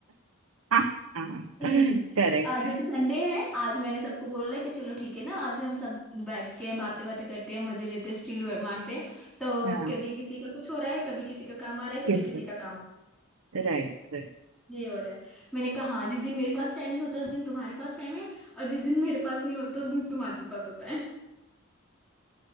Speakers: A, on the right (about 80°); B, in the centre.
A: <laughs>
B: सही में
A: करेक्ट
B: आज जैसे संडे है आज मैंने सबको बोला है कि चलो ठीक है ना आज हम सब बैठ के बातें बातें करते हैं मजे लेते हैं चिल्लू मारते हैं तो
A: हाँ
B: कभी किसी का कुछ हो रहा है कभी किसी का काम आ रहा है कभी
A: किसको
B: किसी का काम आ
A: Right right
B: ये हो रहा है मैंने कहा हाँ जिस दिन मेरे पास टाइम नहीं होता उस दिन तुम्हारे पास टाइम है और जिस दिन मेरे पास नहीं होता उस दिन तुम्हारे पास होता है